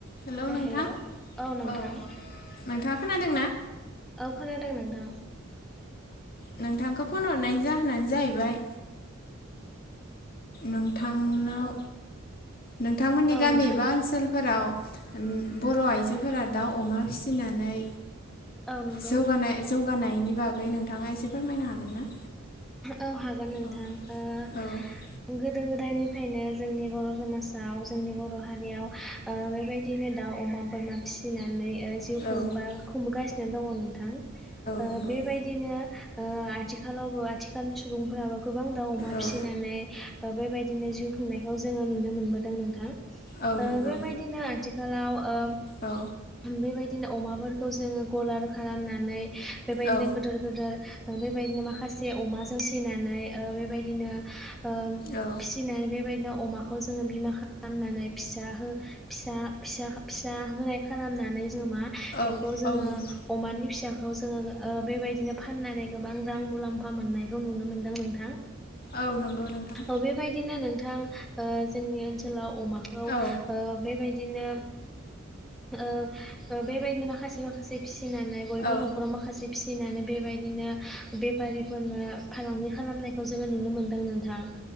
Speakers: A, on the left; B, in the centre.
A: हेलौ
B: अ
A: नोंथां
B: हेल' औ नोंथां।
A: औ नोंथाङा खोनादों ना?
B: औ खोनादों नोंथां।
A: नोंथांखौ फन हरनायनि जाहोनानो जाहैबाय नोंथांनाव नोंथांमोननि गामि
B: नोंथां
A: एबा ओनसोलफोराव बर' आइजोफोरा दाउ अमा फिसिनानै
B: औ नंगौ
A: जौगानाय जौगानायनि बागै नोंथाङा एसे फोरमायनो हागोन ना
B: औ हागोन नोंथां
A: औ
B: ओ
A: औ
B: गोदो गोदायनि फ्रायनो जोंनि बर' समाजाव जोंनि बर' हारियाव बेबायदिनो दाउ अमा बोरमा फि सिनानै जिउ खुंबा
A: औ
B: खुंबोगासिनो दङ नोंथां ओ
A: नंगौ
B: बेबायदिनो ओ आथिखालावबो आथिखालनि सुबुंफोराबो गोबां दाउ अमा
A: औ
B: फिसिनानै बेबायदि बिदिनो जिउ खुंनायखौ जोङो नुनो मोनबोदों नोंथां ओ
A: औ नंगौ
B: बेबायदिनो आथिखालाव ओ
A: औ
B: बेबायदिनो अमाफोरखौ जोङो गलार खालामनानै बेबायदिनो
A: औ
B: गिदोर गिदोर बेबायदिनो माखासे जे अमाजों फिनानै बेबायदिनो ओ
A: औ
B: फिसिनानै बेबायदिनो अमाखौ जोङो बिमा खालामनानै फिसा हो फिसा फिसा फिसा होनाय खालामनानै जोङो मा
A: औ
B: बेखौ जोङो
A: औ नंगौ
B: अमानि फिसाखौ जोङो ओ बेबायदिनो फाननानै गोबां रां मुलाम्फा मोननायखौ नुनो मोन्दों नोंथां
A: औ नंगौ नोंथां
B: औ बेबायदिनो नोंथां ओ जोंनि ओनसोलाव अमाखौ ओ
A: औ
B: बेबायदि बिबायनो ओ बेबायदिनो माखासे माखासे फिसि फिसिनानै बयबो
A: औ
B: न'खराव माखासे फिसिनानै बेबायदिनो बे बेफारिफोरनो फालांगि खालामनायखौ जोङो नुनो मोन्दों नोंथां